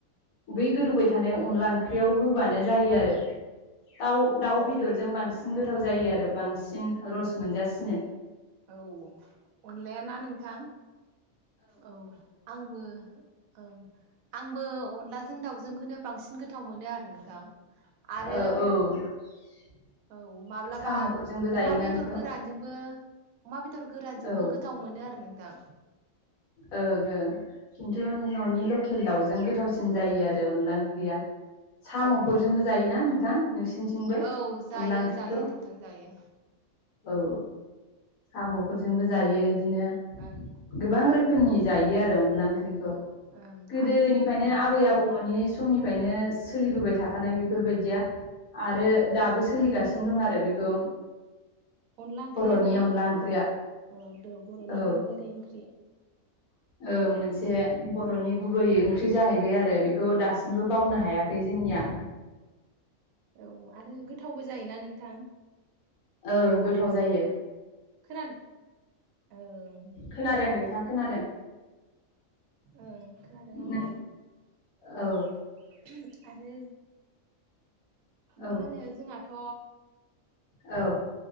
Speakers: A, on the left; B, on the right.
A: बै गोदौबाय थानाय अनला ओं ख्रियाव होबानो जायो आरो। दाउ दाउ
B: ओं
A: बेदरजों बांसिन गोथाव जायो आरो बांस बांसिन रस मोनजासिनो।
B: औ अनलायाना नोंथां औ आंबो ओं। आंबो अनलाजों दाउजोंखौनो बांसिन गोथाव मोनो आरो नोंथां आरो
A: औ <inaudible>
B: औ माब्लाबा
A: साम'फोरजोंबो जायोना
B: अमा बेदर
A: बेखौ
B: गोरानजोंबो अमा बेदर गोरानजोंबो
A: औ
B: गोथाव मोनो आरो नों थां।
A: ओं ओं खिन्थु न'नि लकेल दाउजों गोथावसिन जायो आरो अनला ओंख्रिया। साम'फोरजोंबो
B: ओं
A: जायोना नों थां? नोंसिनिथिंबो
B: औ जायो
A: अनला ओंख्रिखौ
B: जायो नोंथां जायो
A: औ साम'फोरजोंबो जायो। बिदिनो
B: ओं
A: गोबां रो फोरनि जायो आरो अनला ओं ओंख्रिखौ
B: ओं
A: गोदो
B: आरो
A: निफ्रायनो आबै आबौ मोननि समनि फ्रायनो सोलि बोबाय थाखानाय बेफ बेफोर बायदिया आरो दाबो
B: औ
A: सोलि
B: अनला
A: गासिनो दं आरो बेखौ
B: अनला ओंख्रिया
A: बर'नि
B: ना
A: अनला ओंख्रिया
B: औ दो बर'नि
A: औ।
B: दोरोङारि ओंख्रि
A: औ मोनसे जे बर'नि गुबै ओंख्रि ओंख्रि जाहैबाय आरो बेखौ दासिमबो बावनो हायाखै जोंनिया।
B: औ आरो गो गोथावबो जायोना नोंथां?
A: ओं गोथाव जायो।
B: खोनादों ओं।
A: खोनादों नोंथां खोनादों।
B: ओं खोनादों आंबो
A: नों औ
B: <inaudible> आरो
A: औ
B: मा होनो जोंहथ'
A: औ।